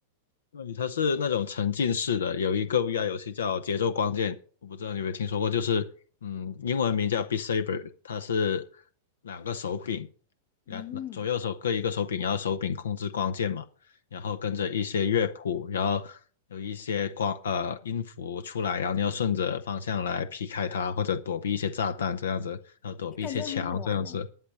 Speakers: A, on the left; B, on the left.
A: 对，它是那种沉浸式的，有一个 VR 游戏叫《节奏光剑》，我不知道你有没有听说过，就是嗯，英文名叫 Beat Saber，它是两个手柄，两左右手各一个手柄，
B: 嗯，
A: 然后手柄控制光剑嘛，然后跟着一些乐谱，然后有一些光呃音符出来，然后你要顺着方向来劈开它，或者躲避一些炸弹这样子，然后躲避一些墙这样子。
B: 诶，感觉很好玩呢，